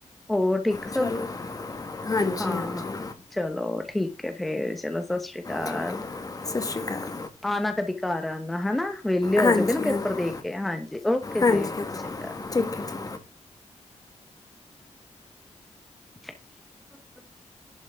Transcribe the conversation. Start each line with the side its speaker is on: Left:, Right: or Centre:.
Centre: ਹੋਰ ਠੀਕ
Left: ਚਲੋ
Centre: ਸਭ
Left: ਹਾਂਜੀ
Centre: ਹਾਂ
Left: ਹਾਂਜੀ
Centre: ਹਾਂ ਚਲੋ ਠੀਕ ਚਲੋ ਸਤਿ ਸ੍ਰੀ ਅਕਾਲ
Left: ਠੀਕ ਹੈ ਸਤਿ ਸ਼੍ਰੀ ਅਕਾਲ
Centre: ਆ ਨਾ ਕਦੀ ਘਰ ਹੈ ਨਾ ਵੇਲੇ ਹੋ
Left: ਹਾਂਜੀ
Centre: ਜਾਓਗੇ ਨਾ ਪੇਪਰ
Left: ਹਾਂਜੀ
Centre: ਦੇ ਕੇ। ਹਾਂਜੀ, ਓਕੇ
Left: ਹਾਂਜੀ
Centre: ਜੀ ਸਤਿ
Left: ਹਾਂਜੀ
Centre: ਸ਼੍ਰੀ ਅਕਾਲ
Left: ਠੀਕ ਹੈ ਜੀ
Centre: <inaudible>